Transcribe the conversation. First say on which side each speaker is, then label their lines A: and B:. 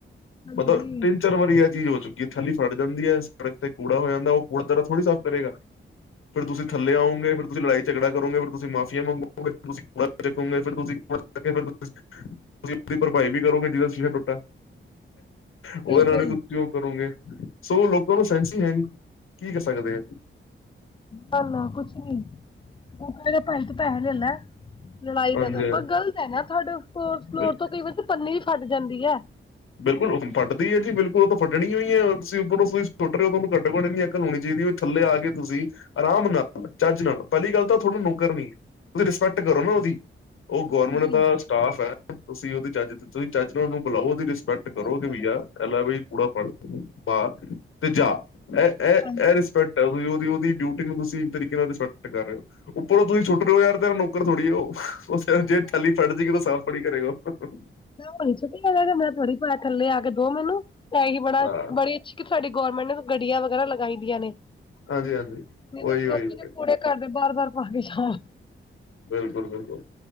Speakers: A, on the left; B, on the left.
A: ਹਾਂਜੀ
B: ਪਤਾ ਕੀ ਚਾਰ ਵਾਰੀ ਐ ਚੀਜ਼ ਹੋ ਚੁੱਕੀ ਐ ਥੈਲੀ ਫਟ ਜਾਂਦੀ ਐ ਸੜਕ ਤੇ ਕੂੜਾ ਹੋ ਜਾਂਦਾ ਓ ਕੂੜਾ ਤੇਰਾ ਥੋੜੀ ਸਾਫ਼ ਕਰੇਗਾ।
A: <inaudible>
B: ਫੇਰ ਤੁਸੀਂ ਥੱਲੇ ਆਓਂਗੇ, ਫਿਰ ਤੁਸੀਂ ਲੜਾਈ-ਝਗੜਾ ਕਰੋਗੇ, ਫਿਰ ਤੁਸੀਂ ਮਾਫੀਆ ਮੰਗੋਗੇ, ਤੁਸੀਂ ਹੱਥ ਚਕੋਂਗੇ। ਫੇਰ ਤੁਸੀਂ <unintelligible> ਭਰਪਾਈ ਵੀ ਕਰੋਗੇ ਜਿਦਾ ਸ਼ੀਸ਼ਾ ਟੁੱਟਾ। ਓਦੇ
A: ਬਿਲਕੁਲ
B: ਨਾਲ ਈ ਤੁਸੀਂ ਓ ਕਰੋਗੇ ਸੋ ਲੋਕਾਂ ਨੂੰ ਸੈਂਸ ਈ ਹੈਨੀ ਕੀ ਕਰ ਸਕਦੇ ਆ।
A: ਨਾਂ-ਨਾਂ ਕੁਛ ਨੀ ਓਕਾ ਦੇ <unintelligible> ਪੈਹੇ ਲੈਲੈ। ਲੜਾਈ
B: ਹਾਂਜੀ
A: ਨਾ ਕਰ ਪਰ ਗਲਤ ਹੈਨਾ ਤੁਆਡੇ ਫੋਰਥ ਫਲੋਰ
B: ਬਿਲ
A: ਤੋਂ ਕਈ ਵਾਰੀ ਪੰਨੀ ਈ ਫੱਟ ਜਾਂਦੀ ਐ।
B: ਬਿਲਕੁਲ ਫੱਟਦੀ ਐ ਜੀ ਬਿਲਕੁਲ ਓ ਤਾਂ ਫੱਟਣੀਓ ਈ ਐ ਤੁਸੀ ਉੱਪਰੋਂ ਤੁਸੀ ਸੁੱਟਰੇ ਓ ਤੁਆਨੂੰ ਘੱਟੋ-ਘੱਟ ਐਨੀ ਅਕਲ ਹੋਣੀ ਚਾਈਦੀ ਏ ਥੱਲੇ ਆ ਕੇ ਤੁਸੀਂ ਆਰਾਮ ਨਾਲ, ਚੱਜ ਨਾਲ ਪੈਲੀ ਗੱਲ ਤਾਂ ਓ ਥੋਡਾ ਨੌਕਰ ਨੀ ਤੁਸੀਂ ਰਿਸਪੈਕਟ ਕਰੋ ਨਾ ਓਦੀ। ਓ
A: ਹਾਂਜੀ
B: ਗੋਰਮੰਟ ਦਾ ਸਟਾਫ ਐ ਤੁਸੀਂ ਓਦੀ ਚੱਜ ਤੁਸੀਂ ਚੱਜਨਾ ਓਨੂੰ ਬੁਲਾਓ ਓਦੀ ਰਿਸ ਪੈਕਟ ਕਰੋਗੇ
A: ਬਿਲਕੁਲ
B: ਭਈਆ
A: ਬਿਲਕੁਲ,
B: ਐ ਲੈ ਬਈ ਕੁੜਾ ਫੜ ਪਾ ਤੇ ਜਾ। ਐ,
A: ਹਾਂਜੀ
B: ਐ ਰਿਸਪੈਕਟ ਐ ਤੁਸੀ ਓਦੀ-ਓਦੀ ਡਿਊਟੀ ਨੂੰ ਤੁਸੀਂ ਤਰੀਕੇ ਨਾਲ ਰਿਸਪੈਕਟ ਕਰ ਰੇ ਓ ਉੱਪਰੋਂ ਤੁਸੀਂ ਸੁੱਟ ਰਏ ਓ ਯਾਰ ਤੇਰਾ ਨੌਕਰ ਥੋੜੀ ਏ ਓ।
A: ਮੈਂ
B: ਜੇ
A: ਨਾ
B: ਥੈਲੀ
A: ਉਹ ਚੁੱਕੀ
B: ਫੱਟ ਜੇਗੀ ਤਾਂ ਸਾਫ਼ ਥੋੜੀ ਕਰੇਗਾ ਓ।
A: ਭਈ ਛੁੱਟੀ ਕਰ ਲੈ ਰੇ ਮੈਂ ਤੁਆਡੀ ਪੈ ਥੱਲੇ ਆ ਕੇ ਦੋ ਮੈਨੂੰ ਐ ਈ ਬੜਾ
B: ਹਾਂ
A: ਬੜੀ ਅੱ ਕਿ ਸਾਡੀ ਗੌਰਮੈਂਟ ਨੇ ਗੱਡੀਆਂ ਵਗੈਰਾ ਲਗਾਈ ਦੀਆਂ ਨੇ
B: ਹਾਂਜੀ ਹਾਂਜੀ
A: ਨੀ
B: ਉਹੀ
A: ਤੇ <unintelligible>
B: ਉਹੀ
A: ਕੁੜੇ ਘਰਦੇ ਬਾਰ-ਬਾਰ ਨਾ ਕੇ ਜਾਨ।
B: ਬਿਲਕੁਲ-ਬਿਲਕੁਲ।